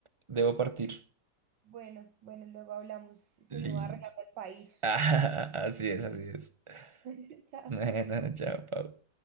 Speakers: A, on the right; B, on the right.
A: Debo partir.
B: Bueno, bueno, luego hablamos y seguimos
A: Liz.
B: arreglando el país.
A: <laughs> así es, así es.
B: <laughs> Chao.
A: Bueno, <laughs> chao, Pablo.